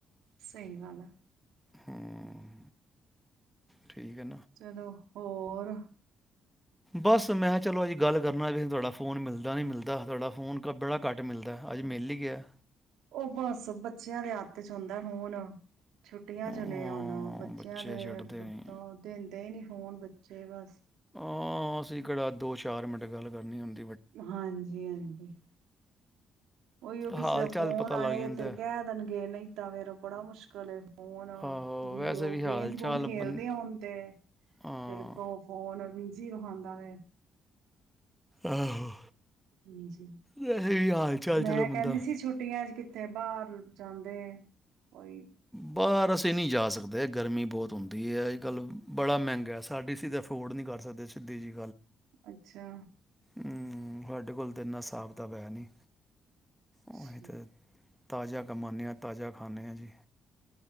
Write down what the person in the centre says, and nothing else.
ਹਮ ਠੀਕ ਹ
ਬਸ ਮੈਂ ਕਿਹਾਂ ਚਲੋ, ਅੱਜ ਗੱਲ ਕਰਨਾ ਵੀ ਤੁਹਾਡਾ ਫੋਨ ਮਿਲਦਾ ਨਹੀਂ ਮਿਲਦਾ, ਤੁਹਾਡਾ ਫੋਨ ਕ ਬੜਾ ਘਟ ਮਿਲਦਾ ਅੱਜ ਮਿਲ ਹੀ ਗਿਆ।
ਹਾਂ,
ਬੱਚੇ
ਛੱਡਦੇ ਨਹੀਂ
ਹਾਂ ਅਸੀਂ ਕਰਾ ਦੋ ਚਾਰ ਮਿੰਟ ਗੱਲ ਕਰਨੀ ਹੁੰਦੀ ਹੈ
ਹਾਲ
ਚਾਲ
ਪਤਾ ਲੱਗ
ਜਾਂਦਾ
ਹੈ।
ਆਹੋ
ਵੈਸੇ
ਹਾਲ
ਚਾਲ
ਬੰ
ਹਾਂ
ਆਹੋ।
ਵੈਸੇ ਵੀ ਹਾਲ ਚਾਲ
ਚਲੋ ਬੰਦਾ
ਬਾਹਰ ਅਸੀਂ ਨਹੀਂ ਜਾ ਸਕਦੇ ਗਰਮੀ ਬਹੁਤ ਹੁੰਦੀ ਹੈ। ਅੱਜ, ਕੱਲ੍ਹ ਬੜਾ ਮਹਿੰਗਾ ਸਾਡੀ ਸੀ ਤਾਂ ਅਫੋਰਡ ਨਹੀਂ ਕਰ ਸਕਦੇ ਸਿੱਧੀ ਜੀ
ਹਮ ਸਾਡੇ ਕੋਲ ਤਾਂ ਇੰਨਾ ਹਿਸਾਬ ਕਿਤਾਬ ਹੈ ਨਹੀਂ
ਉਹੀ ਤੇ ਹੈ ਤਾਜ਼ਾ ਕਮਾਾਨਦੇ ਹਾਂ। ਤਾਜ਼ਾ ਖਾਨਦੇ ਹਾਂ ਜੀ।